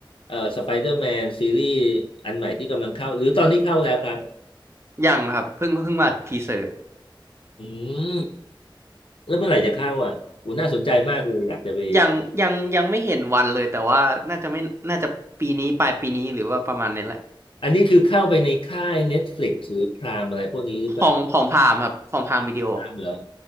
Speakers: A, on the left; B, on the right.
A: เอ่อสไปเดอร์แมนซีรีส์อันใหม่ที่กำลังเข้าหรือตอนนี้เข้าแล้วครับ
B: ยังครับเพิ่งเพิ่งมาทีเซอร์
A: อืม แล้วเมื่อไหร่จะเข้าอ่ะอูน่าสนใจมากเลย อยากจะไป
B: ยังยังยังไม่เห็นวันเลยแต่ว่าน่าจะไม่น่าจะปีนี้ปลายปีนี้หรือว่าประมาณนี้แหละ
A: อันนี้คือเข้าไปในค่าย Netflix หรือพรามอะไรพวกนี้หรือเปล่า
B: ของของพามครับของพามวิดีโอ
A: พรามเหรอ